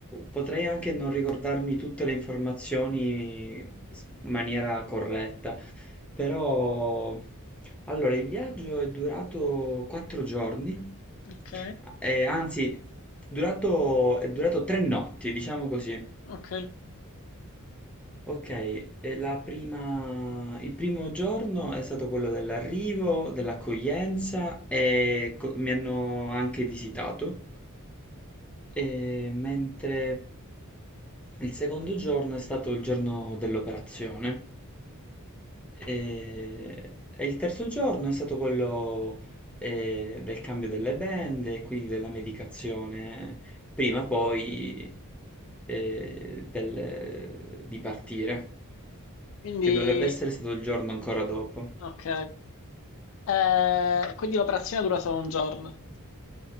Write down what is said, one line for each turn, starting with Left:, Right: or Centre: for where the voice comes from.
Centre: potrei anche non ricordarmi tutte le informazioni in maniera corretta. Però, allora, il viaggio è durato quattro giorni,
Left: Ok,
Centre: eh, anzi, durato- è durato tre notti, diciamo così.
Left: ok,
Centre: Ok, e la prima- il primo giorno è stato quello dell'arrivo, dell'accoglienza e co- mi hanno anche visitato, E mentre il secondo giorno è stato il giorno dell'operazione. E, e il terzo giorno è stato quello eh, del cambio delle band e quindi della medicazione, prima poi eh, del- di partire,
Left: quindi
Centre: che dovrebbe essere stato il giorno ancora dopo.
Left: ok. Eh, quindi l'operazione dura solo un giorno,